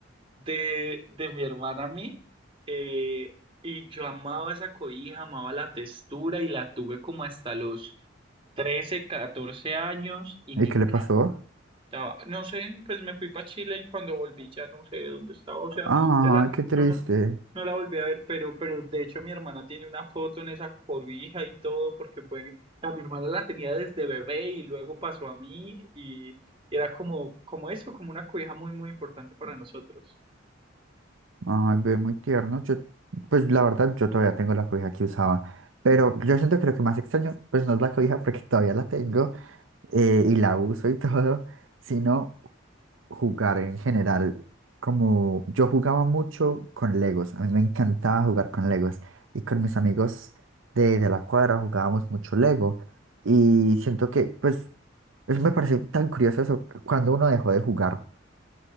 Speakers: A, on the right; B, on the right.
A: de, de mi hermana a mí. eh, y yo amaba esa cobija, amaba la textura y la tuve como hasta los 13, 14 años y me
B: ¿Y
A: encanta
B: qué le pasó?
A: estaba- no sé, pues me fui para Chile y cuando volví ya no sé dónde estaba, o sea,
B: Ay,
A: de la na-
B: qué triste.
A: no la, no la volví a ver, pero, pero de hecho mi hermana tiene una foto en esa cobija y todo, porque pues, o sea, mi hermana la tenía desde bebé y luego pasó a mí y, y era como, como eso, como una cobija muy, muy importante para nosotros.
B: Ay, ve muy tierno. Yo, pues la verdad, yo todavía tengo la cobija que usaba. Pero yo siento que lo que más extraño, pues no es la cobija porque <laughs> todavía la tengo eh, y la uso y todo, sino jugar en general. Como yo jugaba mucho con Legos, a mí me encantaba jugar con Legos. Y con mis amigos de, de la cuadra jugábamos mucho Lego. Y siento que, pues, eso me pareció tan curioso eso, cuando uno dejó de jugar.